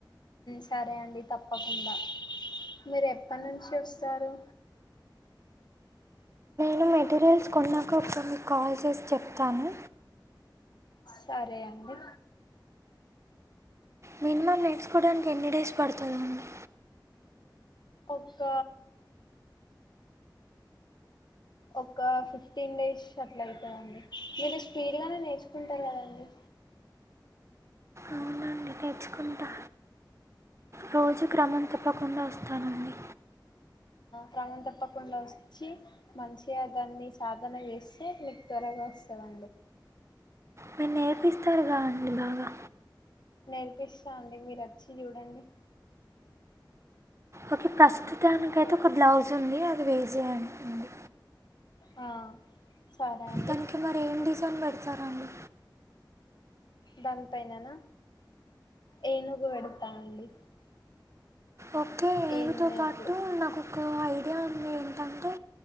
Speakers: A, on the left (about 65°); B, on the right (about 35°).
A: సరే అండి తప్పకుండా మీరు ఎప్పటి నుంచి వస్తారు
B: నేను మెటీరియల్స్ కొన్నాక, ఒకసారి మీకు కాల్ చేసి చెప్తాను.
A: సరే అండి.
B: మినిమం నేర్చుకోడానికి ఎన్ని డేస్ పడుతుందండి?
A: ఒక్క ఒక్క ఫిఫ్టీన్ డేస్ అట్ల అయితదండి. మీరు స్పీడ్గానే నేర్చుకుంటారు కదండి!
B: అవునండి నేర్చుకుంటా. రోజు క్రమం తప్పకుండా వస్తానండి.
A: ప్రమం తప్పకుండా వచ్చి, మంచిగ దాన్ని సాధన చేస్తే మీకు త్వరగా వస్తదన్
B: మీరు నేర్పిస్తారుగా అండి బాగా?
A: నేర్పిస్తా అండి. మీరు వచ్చి చూడండి.
B: ఓకే ప్రస్తుతానికి ఐతే ఒక బ్లౌజ్ ఉంది. అది వేర్ చేయని ఉంది.
A: ఆ సరే అండి
B: దానికి మరి ఏం డిజైన్ పెడతారండి?
A: దాని పైన నా, ఏనుగు పెడతా అండి.
B: ఓకె. ఏనుగుతో
A: ఏనుగు
B: పాటు నాకు ఒక ఐడియా ఉంది. ఏంటంటే,